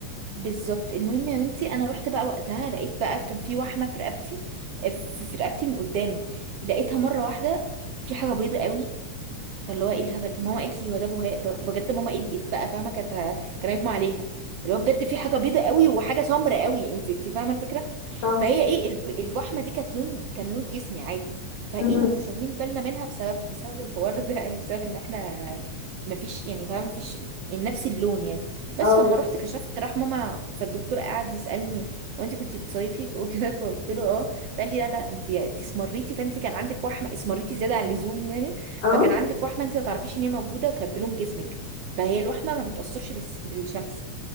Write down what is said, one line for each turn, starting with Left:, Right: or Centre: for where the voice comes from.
Right: بالظبط المهم يا بنتي انا رحت بقى وقتها لقيت بقى كان في وحمه في رقبتي آه، في في رقبتي من قدام لقيتها مره واحده في حاجه بيضه قوي فاللي هو ايه الهبل ده؟ ماما قالت لي هو ده بهاق ده بجد ماما قلقت بقى فاهمه كانت كان هيغمى عليها اللي هو بجد في حاجه بيضه قوي وحاجه سمرة قوي انت انت فاهمه الفكره
Left: صح
Right: فهي ايه الب- الوحمه دي كانت لون كان لون جسمي عادي فايه
Left: امم
Right: ما كناش واخدين بالنا منها بسبب بسبب الحوار ده <laughs> يعني بسبب ان احنا ما فيش يعني فاهمه ما فيش يعني نفس اللون يعني بس
Left: اه
Right: فلما رحت كشفت راح ماما فالدكتور قعد يسالني هو انت كنت بتصيفي ف- وكده <laughs> فقلت له اه قال لي لا لا انت انت اسمريتي فانت كان عندك وحمه اسمريتي زياده عن اللزوم يعني
Left: اه
Right: فكان عندك وحمه انت ما تعرفيش ان هي موجوده وكانت بلون جسمك فهي الوحمه ما بتاثرش بس بالشمس